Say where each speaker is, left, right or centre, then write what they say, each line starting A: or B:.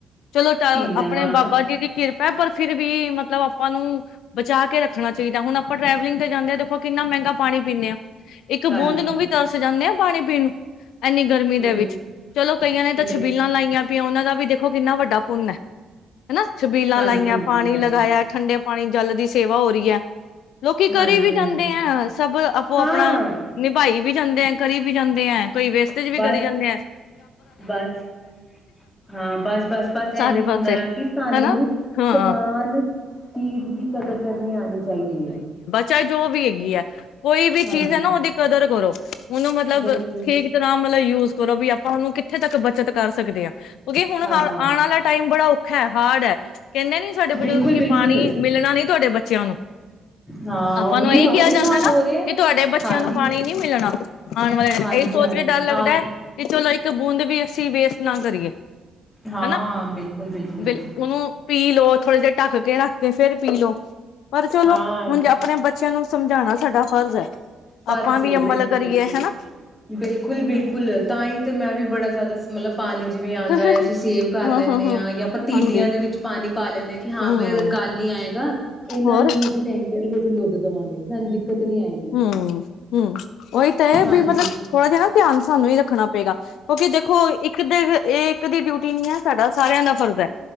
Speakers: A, on the left; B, on the left.
A: ਚਲੋ
B: ਪੀਂਦਾ
A: ਆਪਣੇ
B: ਹਾਂ
A: ਬਾਬਾ ਜੀ ਦੀ ਕਿਰਪਾ ਪਰ ਫਿਰ ਵੀ ਮਤਲਬ ਆਪਾਂ ਨੂੰ ਬਚਾ ਕੇ ਰੱਖਣਾ ਚਾਹੀਦਾ। ਹੁਣ ਆਪਾਂ ਟਰੈਵਲਿੰਗ ਤੇ ਜਾਂਦੇ ਹਾਂ ਦੇਖੋ ਕਿੰਨਾ ਮਹਿੰਗਾ ਪਾਣੀ ਪੀਂਦੇ ਹਾਂ ਇੱਕ
B: ਹਾਂਜੀ
A: ਬੂੰਦ ਨੂੰ ਵੀ ਤਰਸ ਜਾਂਦੇ ਆ ਪਾਣੀ ਪੀਣ ਇੰਨੀ ਗਰਮੀ
B: ਹਮ
A: ਦੇ ਵਿੱਚ ਚਲੋ ਕਈਆਂ ਨੇ ਤਾਂ ਛਬੀਲਾਂ
B: ਦੇ
A: ਲਾਈਆਂ <unintelligible> ਉਹਨਾਂ ਦਾ ਵੀ ਦੇਖੋ ਕਿੰਨਾ ਵੱਡਾ ਪੁੰਨ ਹੈ। ਹਨਾ? ਛਬੀਲਾਂ
B: ਹਾਂਜੀ
A: ਲਾਈਆਂ,
B: ਹਾਂਜੀ
A: ਪਾਣੀ
B: ਹਾਂਜੀ
A: ਲਗਾਇਆ, ਠੰਡੇ ਪਾਣੀ ਜਲ ਦੀ ਸੇਵਾ ਹੋ ਰਹੀ ਹੈ ਲੋਕੀ ਕਰੀ
B: ਹਾਂਜੀ
A: ਵੀ ਜਾਂਦੇ
B: ਹਾਂਜੀ
A: ਹੈ, ਸਭ ਆਪੋ ਆਪਣਾ
B: ਹਾਂ
A: ਨਿਭਾਈ ਵੀ ਜਾਂਦੇ ਹੈ, ਕਰੀ ਵੀ ਜਾਂਦੇ ਹੈ ਕੋਈ ਵੇਸਟੇਜ ਵੀ
B: ਬਸ
A: ਕਰੀ ਜਾਂਦੇ ਆ
B: ਬਸ, ਹਾਂ ਬਸ ਬਸ ਬਸ,
A: ਸਾਰੇ
B: ਇਹੀ ਹੁੰਦਾ
A: ਪਾਸੇ
B: ਆ ਕਿ ਸਾਨੂੰ
A: ਹਨਾ ਹਾਂ
B: ਸਮਾਨ ਚੀਜ ਦੀ ਕਦਰ ਕਰਨੀ ਆਣੀ ਚਾਹੀਦੀ ਹੈ
A: ਚਾਹੇ ਜੋ ਵੀ ਹੈਗੀ ਹੈ। ਕੋਈ ਵੀ ਚੀਜ਼
B: ਹਾਂਜੀ
A: ਹੈ ਨਾ ਉਹਦੀ ਕਦਰ ਕਰੋ। ਉਹਨੂੰ ਮਤਲਬ
B: ਬਿਲਕੁਲ
A: ਠੀਕ ਤਰ੍ਹਾਂ ਤਲ ਯੂਜ ਕਰੋ ਵੀ ਆਪਾਂ ਉਹਨੂੰ ਕਿੱਥੇ ਤੱਕ ਬੱਚਤ ਕਰ ਸਕਦੇ ਹਾਂ। ਕਿਉਂਕਿ ਹੁਣ
B: ਹਾਂ
A: ਆਉਣ ਵਾਲਾ ਟਾਈਮ ਬੜਾ <unintelligible> ਹਾਰਡ ਹੈ, ਕਹਿੰਦੇ ਨੀ ਸਾਡੇ ਬਜ਼ੁਰਗ,
B: ਬਿਲਕੁਲ
A: ਕਿ
B: ਬਿਲਕੁਲ
A: ਪਾਣੀ ਮਿਲਣਾ ਨੀ ਤੁਹਾਡੇ ਬੱਚੇ ਚਿਆਂ ਨੂੰ।
B: ਹਾਂ
A: ਆਪਾਂ
B: ਉਹੀ
A: ਨੂੰ ਇਹੀ
B: ਉਹੀ
A: ਕਿਹਾ ਜਾਂਦਾ
B: ਹਾਲ
A: ਨਾ?
B: ਹੋ ਰਿਹਾ
A: ਕਿ ਤੁਹਾਡੇ ਬੱਚਿਆਂ
B: ਹਾਂਜੀ
A: ਨੂੰ ਪਾਣੀ ਨੀ ਮਿਲਣਾ। ਆਉਣ ਵਾਲੇ <unintelligible>
B: ਹਾਂਜੀ
A: ਸੋਚ
B: ਹਾਂਜੀ
A: ਕੇ ਡਰ ਲੱਗਦਾ
B: ਆ
A: ਹੈ ਕਿ ਚਲੋ ਬੂੰਦ ਵੀ ਸੀ ਵੇਸਟ ਨਾ ਕਰੀਏ,
B: ਹਾਂ
A: ਹਨਾ?
B: ਬਿਲਕੁਲ ਬਿਲਕੁਲ
A: ਬ ਉਹਨੂੰ ਪੀ ਲਓ ਥੋੜੇ ਜਿਹੇ ਢੱਕ ਕੇ ਰੱਖ ਕੇ ਫੇਰ ਪੀਲੋ ਪਰ ਚਲੋ
B: ਹਾਂ
A: ਹੁਣ ਆਪਣੇ ਬੱਚਿਆਂ ਨੂੰ ਸਮਝਾਉਣਾ ਸਾਡਾ ਫਰਜ਼ ਹੈ।
B: ਪਰਜੇ
A: ਆਪਾਂ ਵੀ ਅਮਲ
B: ਬਿਲਕੁਲ
A: ਕਰੀਏ
B: ਬਿਲਕੁਲ।
A: ਹਨਾ
B: ਬਿਲਕੁਲ ਬਿਲਕੁਲ, ਤਾਂ ਹੀ ਤੇ ਮੈਂ ਵੀ ਬੜਾ ਜ਼ਿਆਦਾ ਮਤਲਬ ਪਾਣੀ ਜਿਵੇਂ ਆਂਦਾ
A: ਹਾਂ ਹਾਂ
B: ਹੈ, ਅਸੀਂ ਸੇਵ ਕਰ ਲੈਂਦੇ ਹਾਂ ਜਾਂ ਪਤੀਲੀਆਂ
A: ਹਾਂਜੀ
B: ਦੇ ਵਿੱਚ ਪਾਣੀ ਪਾ ਲੈਂਦੇ ਹਾਂ ਕਿ ਹਾਂ
A: ਹਮ
B: ਬਈ ਅਗਰ ਕੱਲ ਨੀ ਆਏਗਾ। ਇਹਨਾਂ
A: ਹੋਰ
B: ਨੂੰ ਹੀ ਅਸੀਂ ਟੈਂਕੀਆਂ ਦੇ ਵਿੱਚ <unintelligible> ਦੇਵਾਂਗੇ ਕਿ ਸਾਨੂੰ ਦਿੱਕਤ ਨੀ ਆਏਗੀ।
A: ਹਮ ਹਮ, ਓਹੀ ਤੇ ਇਹ
B: ਹਾਂਜੀ
A: ਵੀ ਮਤਲਬ ਥੋੜਾ ਜਿਹਾ ਨਾ ਧਿਆਨ ਸਾਨੂੰ ਹੀ ਰੱਖਣਾ ਪਏਗਾ ਕਿਓਕਿ ਦੇਖੋ ਇੱਕ ਦੇ ਇਹ ਇੱਕ ਦੀ ਡਿਊਟੀ ਨੀ ਹੈ, ਸਾਡਾ ਸਾਰਿਆਂ ਦਾ ਫਰਜ਼ ਹੈ